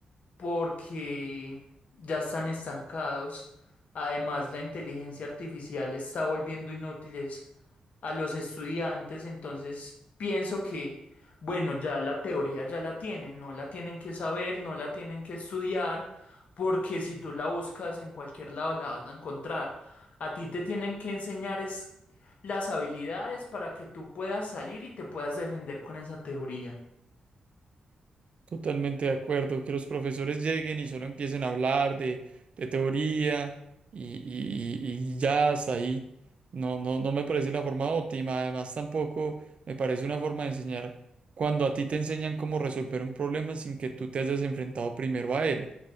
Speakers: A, on the left; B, on the right.
A: porque ya están estancados. Además, la inteligencia artificial está volviendo inútiles a los estudiantes, entonces pienso que, bueno, ya la teoría ya la tienen, no la tienen que saber, no la tienen que estudiar, porque si tú la buscas en cualquier lado la vas a encontrar. A ti te tienen que enseñar es las habilidades para que tú puedas salir y te puedas defender con esa teoría.
B: Totalmente de acuerdo, que los profesores lleguen y solo empiecen a hablar de, de teoría y, y- y- y ya hasta ahí. No, no, no me parece la forma óptima. Además, tampoco me parece una forma de enseñar cuando a ti te enseñan cómo resolver un problema sin que tú te hayas enfrentado primero a él